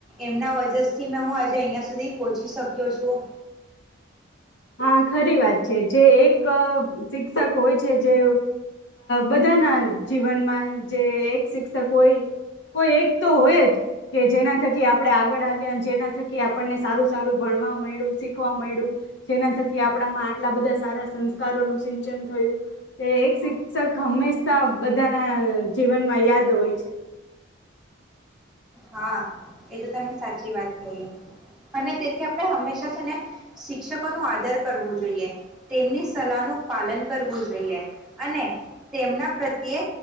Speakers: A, in the centre; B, on the left.
A: એમના વજરથી મે હું આજે અહં સુધી પહોચી શક્યો છું.
B: હા ખરી વાત છે જે એક શિક્ષક હોય છે જે બધાના જીવનમાં જે એક સિક્ કોઈ કોઈ એક તો હોય જ કે જેના થકી આપણે આગળ આવ્યા જેના થકી આપણને સારું સારું ભણવા મળ્યું, શીખવા મળ્યું જેના થકી આપણામાં આટલા બધા સારા સંસ્કારોનું સિંચન થયું તે એક શિક્ષક હંમેશા બધાના જીવનમાં યાદ હોય છે.
A: હા એ તો તમે સાચી વાત કહી અને તેથી આપણે હંમેશા છે ને શિક્ષકો નું આદર કરવું જોઈએ તેમની સલાહ નું પાલન કરવું જોઈએ અને તેમના પ્રત્યે